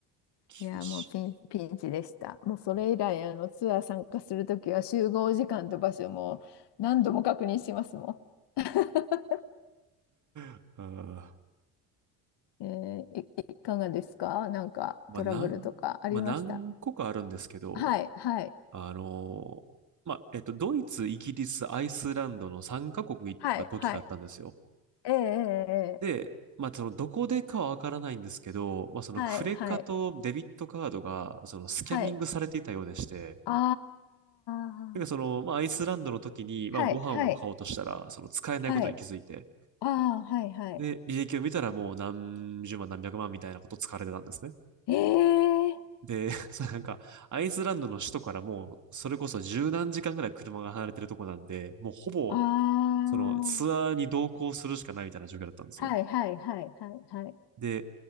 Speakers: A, on the right (about 35°); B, on the left (about 55°).
A: 厳しい。
B: いやー、もうピン、ピンチでした。もう、
A: <laughs>
B: それ以来、あの、ツアー参加するときは、集合時間と場所も何度も確認しますもん。<laughs>
A: あー
B: えーい、いかがですかなんか、
A: まあ、
B: トラブルとかありました。
A: なん、まあ、何個かあるんですけど、
B: はい、はい。
A: あのーまあ、えっと、ドイツ、イギリス、アイスランドの3カ国行った時があったんですよ。
B: はい、はい。ええ、ええ、
A: で、
B: ええ
A: まあ、その、どこでかはわからないんですけど、まあ、その、
B: はい、
A: クレカとデビットカードが、
B: はい、
A: その、スキャミングされていたようでして、
B: はい。ああ、
A: なんかその、まあ、アイスランドの時に、まあ、
B: はい、
A: ご飯を買おうとしたら、
B: はい、
A: その、使えないことに気づいて、
B: はい。ああ、はい、はい。
A: で、履歴を見たらもう何十万何百万みたいなこと使われてたんですね。
B: ええ、
A: で、<laughs> そのなんか、アイスランドの首都からもう、それこそ十何時間ぐらい車が離れてるとこなんで、もうほぼ、
B: ああ、
A: その、ツアーに同行するしかないみたいな状況だったんですよ。
B: はい、はい、はい、はい、はい、
A: で、